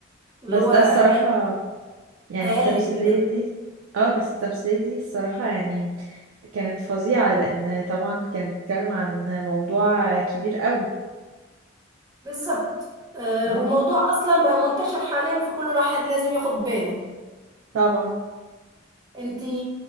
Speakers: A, on the right; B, on the right.
A: اللي
B: بس
A: هو
B: ده الصراحة يعني
A: اقلب
B: التمثيلية
A: كده
B: دي اه بس التمثيلية دي الصراحة يعني كانت فظيعة لأن طبعا كانت بتتكلم عن موضوع كبير قوي
A: بالظبط آه
B: اه
A: وموضوع اصلا بقى منتشر حاليا فكل واحد لازم ياخد باله
B: طبعا
A: انتي